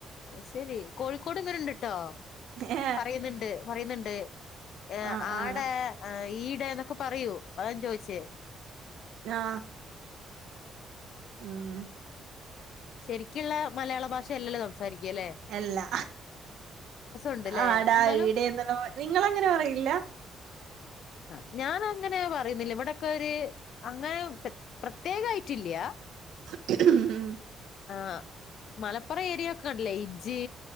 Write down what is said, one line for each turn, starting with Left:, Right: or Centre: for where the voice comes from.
Left: അഹ്സരി കോഴിക്കോട്ങ്ങനെണ്ട്ട്ടോ
Right: ഏ
Left: പറയുന്ന്ണ്ട് പറയുന്ന്ണ്ട്. ഏ
Right: ആ
Left: ആടെ
Right: ആ
Left: ഈടെന്നൊക്കെ പറയൂ അതാ ഞാൻ ചോയിച്ചേ.
Right: ആ ഉം ഉം
Left: ശരിക്കുള്ള മലയാള ഭാഷ അല്ലല്ലോ സംസാരിക്യാല്ലേ
Right: എല്ലാ
Left: ഉണ്ട്ല്ലേ
Right: ആടാ
Left: എന്നാലും
Right: ഈടെന്നെല്ലാം നിങ്ങ അങ്ങനെ പറയില്ല
Left: ആ ഞാന അങ്ങനെ പറയുന്നില്ല ഇവിടെക്കൊരു അങ്ങനെ പ്രത്യേകയായിറ്റില്ലാ
Right: ക്ക്‌ ഉം
Left: ആ മലപ്പുറം ഏരിയൊക്കയില്ലേ ഇജ്ജ്